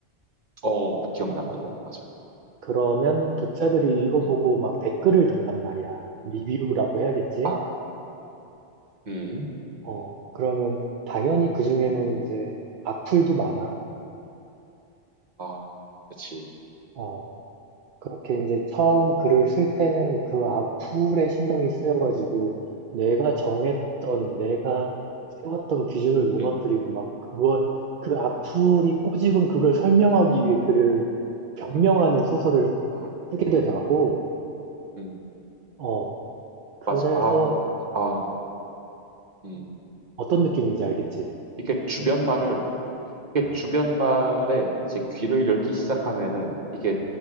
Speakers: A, on the right (about 40°); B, on the right (about 60°).
A: 어, 기억나
B: 어,
A: 그거 맞아,
B: 그러면 독자들이 읽어보고
A: 음,
B: 막 댓글을 단단 말이야. 리뷰라고 해야겠지?
A: 아, 음,
B: 어, 그러면 당연히 그중에는 이제 악플도 많아.
A: 아, 그치,
B: 어, 그렇게 이제 처음 글을 쓸 때는 그 악플에
A: 음,
B: 신경이 쓰여가지고
A: 음,
B: 내가 정했던, 내가
A: 음,
B: 세웠던 기준을 무너뜨리고
A: 음.
B: 막 그걸, 그 악플이 꼬집은 그걸 설명하기 위해 글을 변명하는 소설을
A: 아,
B: 쓰게 되더라고.
A: 음,
B: 어, 그래서
A: 맞아, 아, 음, 아, 음,
B: 어떤 느낌인지 알겠지?
A: 이게 주변 말을 이게
B: 음.
A: 주변 말에 이제 귀를 열기 시작하면은 이게